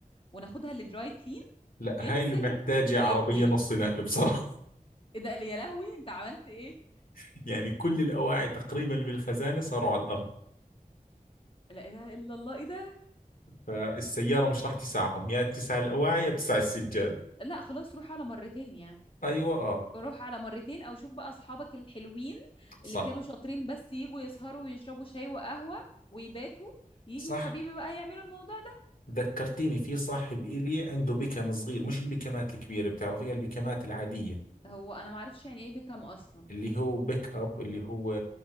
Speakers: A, on the left; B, on the left.
A: وناخدها لدراي كلين
B: لا
A: يغسل
B: هاي اللي محتاجة
A: ويكوي
B: عربية نص نقل بصراحة
A: ايه ده يا لهوي انت عملت ايه
B: <laughs> يعني كل الأواعي تقريبا اللي بالخزانة صاروا على الأرض
A: لا اله الا الله ايه ده
B: فالسيارة مش راح تسعهم يا تسع الأواعي يا تسع السجاد
A: لا خلاص روح على مرتين يعني
B: أيوة آه
A: رو- روح على مرتين او شوف بقى اصحابك الحلوين
B: صح
A: اللي كانوا شاطرين بس يجوا يسهروا ويشربوا شاي وقهوة ويباتوا يجوا
B: صح
A: يا حبيبي بقى يعملوا الموضوع ده
B: ذكرتيني في صاحب إلي عنده بيكم صغير مش البيكمات الكبيرة بتعرفيها البيكمات العادية
A: هو انا معرفش يعني ايه بيكم اصلا
B: اللي هو بيك أب اللي هو